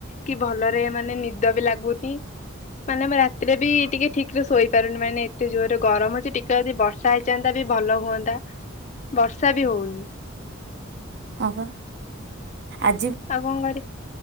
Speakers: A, on the left (about 35°); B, on the right (about 55°).
A: କି ଭଲରେ ମାନେ ନିଦ ବି ଲାଗୁନି। ମାନେ ମୁଁ ରାତିରେ ବି ଟିକେ ଠିକ୍ ରେ ଶୋଇପାରୁନି ମାନେ ଏତେ ଜୋରରେ ଗରମ୍ ଯେ। ଟିକେ ଯଦି ବର୍ ର୍ଷା ହେଇଚାନ୍ଦା ବି ଭଲ ହୁଅନ୍ତା। ବର୍ଷା ବି ହଉନି।
B: ହଁ ପା ଆଜି
A: ଆଉ କଂ କରିବ।